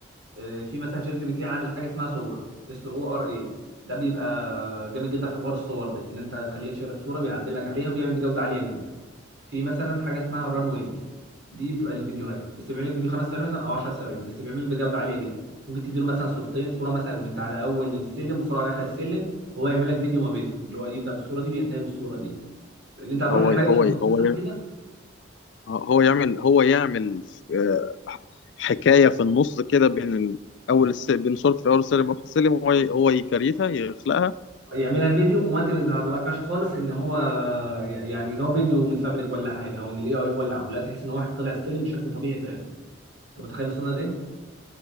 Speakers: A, on the right; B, on the left.
A: آه، في مثلا شات جي بي تي عامل حاجه اسمها صوره اس او ار اي ده بيبقى جامد جدا في حوار الصور ده ان انت تخليه ينشئ لك صوره ويعدل لك عليها وبيعمل بجوده عاليه جدا في مثلا حاجه اسمها ران واي دي بتبقى للفيديوهات بس بيعمل لك فيديو خمس ثواني مثلا او 10 ثواني بس بيعمل بجوده عاليه جدا ممكن تديله مثلا صورتين صوره مثلا وانت على اول السلم وصوره على اخر السلم وهو يعمل لك فيديو ما بينهم اللي هو يبدا بالصوره دي وينتهي بالصوره دي اللي انت هتروح
B: هو
A: لحاجه مش
B: هو
A: متخصصه
B: هو يع-
A: في كده
B: هو يعمل هو يعمل آه، حكايه في النص كده بين ال- اول الس... بين صورة في اول السلم واخر السلم هو ي- هو يكريتها يخلقها
A: يعملها فيديو وما تظهرلكش خالص ان هو يعني ان هو فيديو متفبرك ولا حاجه او ان الاي اي هو اللي عامله لا تحس ان واحد طلع السلم بشكل طبيعي فعلا انت متخيل وصلنا لايه؟